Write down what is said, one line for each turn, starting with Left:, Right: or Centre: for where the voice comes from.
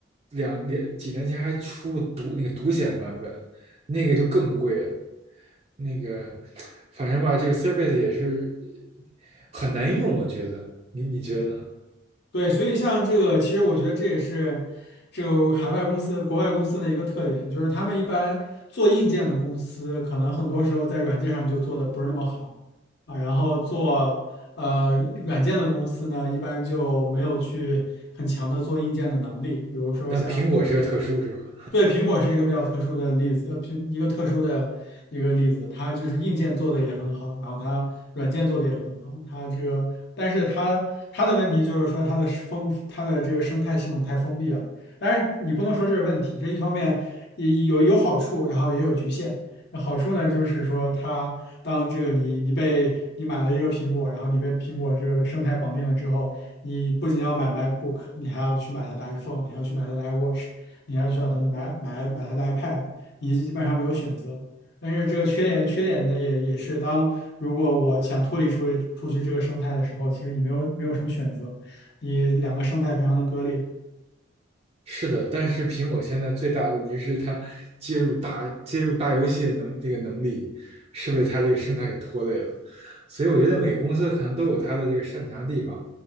Right: 两两几年前还出独那个独显版本，那个就更贵了。那个反正吧，这个 Surface 也是很难用，我觉得。你你觉得呢？
Left: 嗯对，所以像这个，其实我觉得这也是这个海外公司、国外公司的一个特点，就是他们一般做硬件的公司，可能很多时候在软件上就做的不是那么好啊，然后做呃软件的公司呢，一般就没有去很强的做硬件的能力，比如说像这个
Right: 但苹果是个特殊，是吧？
Left: 对，苹果是一个比较特殊的例子，呃，苹一个特殊的一个例子，它就是硬件做的也很好，然后它软件做的也很好，它这个，但是它它的问题就是说它的是封它的这个生态系统太封闭了。但是你不能说这是问题，这一方面也也有有好处，然后也有局限。那好处呢，就是说它当这个你你被你买了一个苹果，然后你被苹果这个的生态绑定了之后，你不仅要买 MacBook，你还要去买它的 iPhone，你还要去买它的 iWatch。你还需要他的买买买他的 iPad，你基本上没有选择。但是这个缺点缺点呢，也也是当如果我想脱离出出去这个生态的时候，其实你没有没有什么选择，你两个生态非常的割裂。
Right: 是的，但是苹果现在最大的问题是它接入大接入大游戏的能这个能力是被它这个生态给拖累了，所以我觉得每个公司可能都有它的这个擅长的地方。